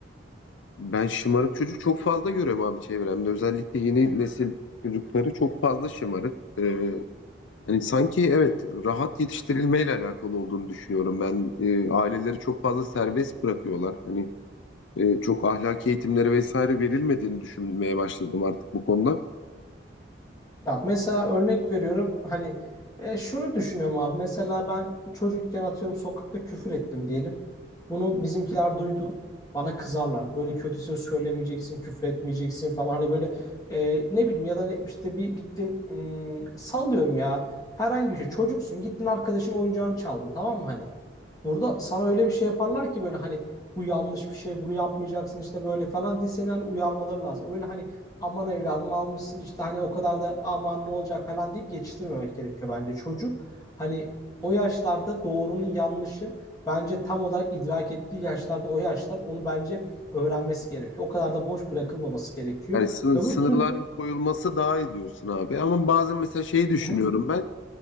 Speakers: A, on the left; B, on the left.
A: Ben şımarık çocuk çok fazla görüyorum abi çevremde. Özellikle yeni nesil çocukları çok fazla şımarık. Ee, hani sanki evet rahat yetiştirilmeyle alakalı olduğunu düşünüyorum. Ben e, aileleri çok fazla serbest bırakıyorlar. Hani e, çok ahlaki eğitimleri vesaire verilmediğini düşünmeye başladım artık bu konuda.
B: Ya mesela örnek veriyorum hani e, şunu düşünüyorum abi mesela ben çocukken atıyorum sokakta küfür ettim diyelim. Bunu bizimkiler duydu. Bana kızarlar. Böyle kötü söz söylemeyeceksin, küfür etmeyeceksin falan. Hani böyle e, ne bileyim ya da ne, işte bir gittim ım, sallıyorum ya. Herhangi bir şey. Çocuksun gittin arkadaşın oyuncağını çaldın tamam mı hani? Burada sana öyle bir şey yaparlar ki böyle hani bu yanlış bir şey bunu yapmayacaksın işte böyle falan diye seni hani uyarmaları lazım. Öyle hani aman evladım almışsın işte hani o kadar da aman ne olacak falan deyip geçiştirmemek gerekiyor bence. Çocuk hani o yaşlarda doğrunun yanlışın bence tam olarak idrak ettiği yaşlarda o yaşlar onu bence öğrenmesi gerekiyor. O kadar da boş bırakılmaması gerekiyor.
A: Yani sın-
B: Öbür
A: sınırların
B: türlü...
A: koyulması daha iyi diyorsun abi. Ama bazen mesela şeyi düşünüyorum
B: Hı hı.
A: ben.